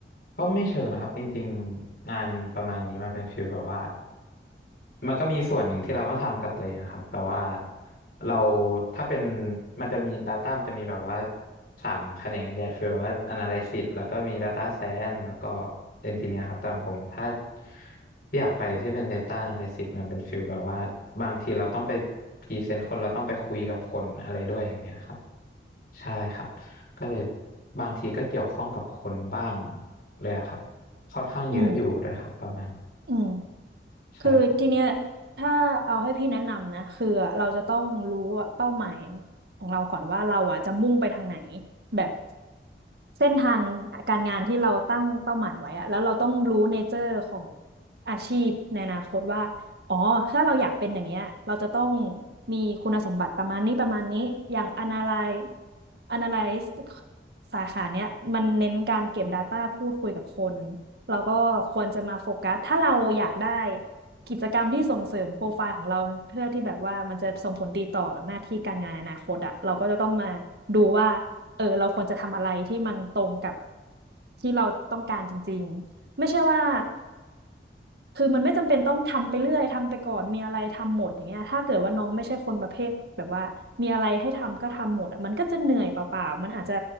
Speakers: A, on the left; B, on the right.
A: ก็ไม่เชิงนะครับจริงๆงานประมาณนี้มันเป็นฟีลแบบว่ามันก็มีส่วนหนึ่งที่เราต้องทำกับตัวเองนะครับแต่ว่าเราถ้าเป็นมันจะมี Data มันจะมีแบบว่าสามแขนงใหญ่ฟีลว่า Analysis แล้วก็มี Data Science แล้วก็ Engineer ครับแต่ของผมถ้าอยากไปที่เป็น Data Analysis มันเป็นฟีลแบบว่าบางทีเราต้องไปพรีเซนต์คนเราต้องไปคุยกับคนอะไรด้วยอย่างเงี้ยครับ ใช่ครับก็เลยบางทีก็เกี่ยวข้องกับคนบ้างเลยอะครับค่อนข้างเยอะอยู่ด้วยครับประมาณ
B: อืมอืม
A: ใช่ครับ
B: คือทีเนี้ยถ้าเอาให้พี่แนะนำนะคืออะเราจะต้องรู้ว่เป้าหมายของเราก่อนว่าเราอ่ะจะมุ่งไปทางไหนแบบเส้นทางการงานที่เราตั้งเป้าหมายไว้อะแล้วเราต้องรู้เนเจอร์ของอาชีพในอนาคตว่าอ๋อถ้าเราอยากเป็นอย่างเงี้ยเราจะต้องมีคุณสมบัติประมาณนี้ประมาณนี้อย่าง analyze analyze สาขาเนี้ยมันเน้นการเก็บ Data พูดคุยกับคนเราก็ควรจะมาโฟกัสถ้าเราอยากได้ กิจกรรมที่ส่งเสริมโปรไฟล์ของเราเพื่อที่แบบว่ามันจะส่งผลดีต่อหน้าที่การงานอนาคตอะเราก็จะต้องมาดูว่าเออเราควรจะทำอะไรที่มันตรงกับที่เราต้องการจริงๆไม่ใช่ว่าคือมันไม่จำเป็นต้องทำไปเรื่อยทำไปก่อนมีอะไรทำหมดอย่างเงี้ยถ้าเกิดว่าน้องไม่ใช่คนประเภทแบบว่ามีอะไรให้ทำก็ทำหมดอะมันก็จะเหนื่อยเปล่าๆมันอาจจะ